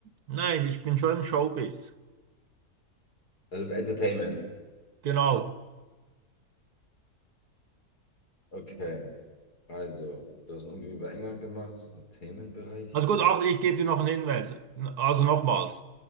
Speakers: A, on the right; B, on the left.
A: nein, ich bin schon im Showbiz.
B: also Entertainment.
A: Genau.
B: Okay, also, du hast einen Umweg über England gemacht, das ist Entertainment-Bereich.
A: Also gut, ach, ich gebe dir noch einen Hinweis. Also nochmals.